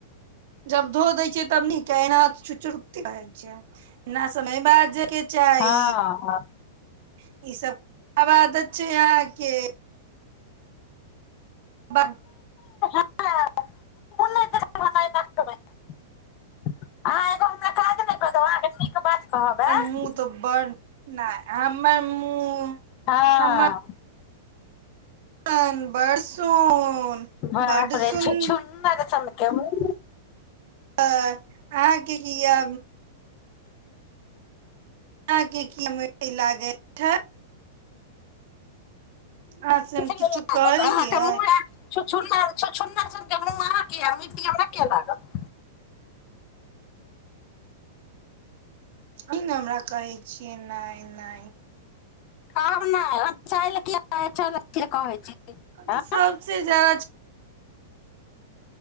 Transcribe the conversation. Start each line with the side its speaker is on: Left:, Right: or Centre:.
Right: जब धो दै छियै तब नीक केना की छुै छै ना समय बाजैय के चाही
Left: हँ
Right: ई
Left: हँ
Right: सब ख़राब आदत छै अहाँके बाह
Left: <unintelligible> ऐं
Right: हमर मुँह तऽ बर नहि हमर मुँह
Left: हँ
Right: हमर <unintelligible>
Left: बाप
Right: बड
Left: रे
Right: सुन्दर
Left: छुछुनर सनके मुँह
Right: तऽ अहाँके की यै अहाँके की मिर्ची लागै छै अहाँ से हम
Left: कथि ले
Right: किछु
Left: लागत
Right: कहलियै
Left: अहाँके मुँह यै छुछुनर छुछुनर सन मुँह अहाँक यै मिर्ची हमरा कियै लागत
Right: ई नहि हमरा कहै छियैना एना
Left: कहब नहि <unintelligible> चालि किए कहै कहै छी ऐं
Right: तऽ सबसे ज्यादा